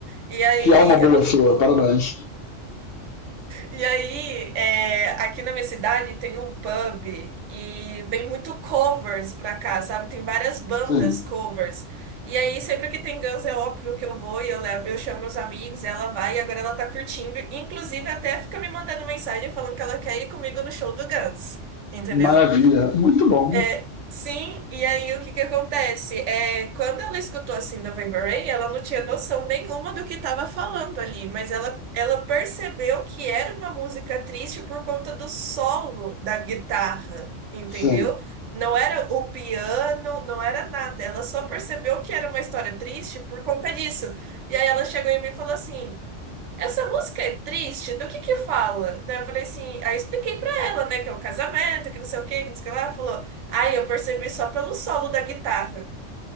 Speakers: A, on the right (about 75°); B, on the left (about 60°).
A: E aí,
B: Que alma boa sua, parabéns.
A: E aí, é, aqui na minha cidade tem um pub e vem muito covers pra cá, sabe? Tem várias bandas
B: Sim,
A: covers. E aí, sempre que tem Guns, é óbvio que eu vou e eu levo, eu chamo meus amigos, ela vai e agora ela tá curtindo. Inclusive, até fica me mandando mensagem falando que ela quer ir comigo no show do Guns. Entendeu?
B: maravilha, muito bom.
A: É, sim, e aí o que que acontece? É, quando ela escutou assim November Rain, ela não tinha noção nenhuma do que estava falando ali, mas ela, ela percebeu que era uma música triste por conta do solo da guitarra, entendeu?
B: Sim,
A: Não era o piano, não era nada. Ela só percebeu que era uma história triste por conta disso. E aí ela chegou em mim e falou assim. Essa música é triste? Do que que fala? Daí eu falei assim, aí eu expliquei pra ela, né, que é um casamento, que não sei o que, que não sei o que lá. Ela falou, ai, eu percebi só pelo solo da guitarra.